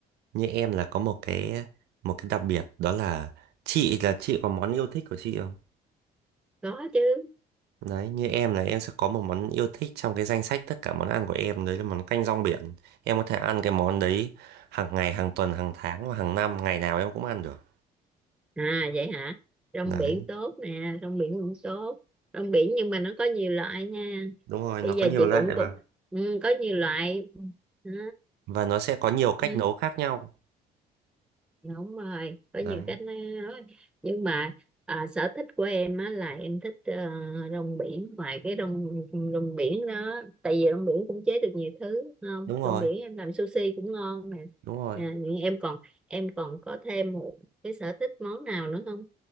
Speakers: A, on the right; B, in the centre.
A: như em là có một cái một cái đặc biệt đó là chị là chị có món yêu thích của chị không
B: có chứ
A: đấy như em là em sẽ có một món yêu thích trong cái danh sách tất cả món ăn của em đấy là món canh rong biển em có thể ăn cái món đấy hàng ngày hàng tuần hàng tháng và hàng năm ngày nào em cũng ăn được
B: à vậy hả rong
A: đấy
B: biển tốt nè rong biển cũng tốt rong biển nhưng mà nó có nhiều loại nha
A: đúng rồi
B: bây
A: nó có
B: giờ
A: nhiều
B: chị
A: loại
B: cũng cũng
A: và
B: ừ, có nhiều loại ừ,
A: và nó sẽ có nhiều cách
B: ừ,
A: nấu khác nhau
B: đúng rồi có
A: đấy
B: nhiều cách nói nhưng mà à, sở thích của em á, là em thích ờ, rong biển ngoài cái rong rong biển đó tại vì rong biển cũng chế được nhiều thứ đúng không
A: đúng rồi
B: rong biển em làm sushi cũng ngon nè
A: đúng rồi
B: Nè, nhưng em còn em còn có thêm một cái sở thích món nào nữa không